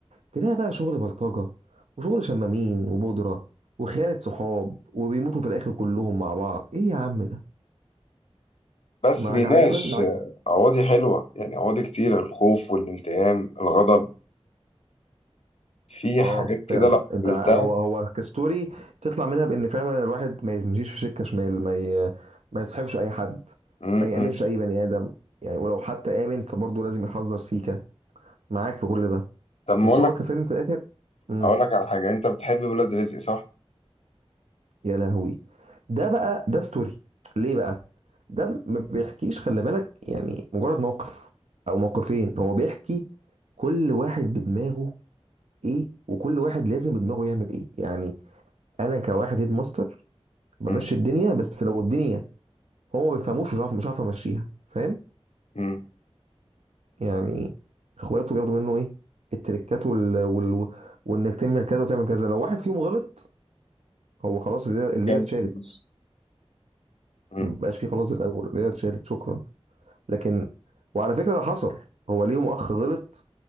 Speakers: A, on the right (about 85°); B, on the left (about 75°).
A: تلاقي بقى شغل بلطجة وشغل شمامين وبودرة وخيانة صحاب وبيموتوا في الاخر كلهم مع بعض ايه يا عم ده
B: بس
A: ما
B: بيناقش
A: عج- عجبن ما عج...
B: آه، أواضي حلوة يعني أواضي كتير الخوف والانتقام الغضب في حاجات
A: اه
B: كده
A: فعلا
B: لو
A: انت
B: قلتها
A: ع- هو هو كستوري تطلع منها بان فعلا الواحد ما يمشيش في سكة شمال ما ي... ما يصاحبش اي حد
B: م-
A: ما يامنش
B: م.
A: اي بني ادم يعني ولو حتى امن فبرضه لازم يحذر سيكة معاك في كل ده
B: طب ما
A: بس
B: أقول
A: هو
B: لك
A: كفيلم في الاخر مم.
B: أقول لك على حاجة أنت بتحب ولاد رزق صح؟
A: يا لهوي ده بقى ده ستوري ليه بقى ده ما بيحكيش خلي بالك يعني مجرد موقف او موقفين هو بيحكي كل واحد بدماغه ايه وكل واحد لازم بدماغه يعمل ايه يعني انا كواحد هيد ماستر بمشي
B: م-
A: الدنيا بس لو الدنيا هو ما بيفهموش مش عارف مش عارف امشيها فاهم
B: م.
A: يعني اخواته بياخدوا منه ايه التريكات وال... وال... وانك تعمل كذا وتعمل كذا لو واحد فيهم غلط هو خلاص الليله الليلة
B: كام
A: اتشالت
B: جزء؟ م.
A: مبقاش فيه خلاص زي الاول الليله اتشالت شكرا لكن وعلى فكره ده حصل هو ليهم اخ غلط